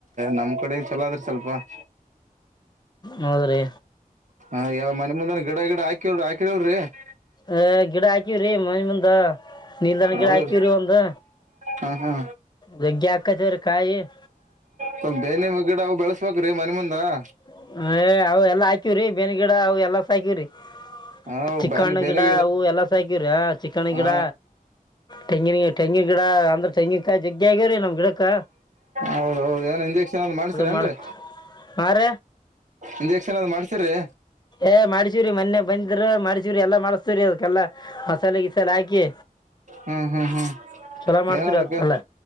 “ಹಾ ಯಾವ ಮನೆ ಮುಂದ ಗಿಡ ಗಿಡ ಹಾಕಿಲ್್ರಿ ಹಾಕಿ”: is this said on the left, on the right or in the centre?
Right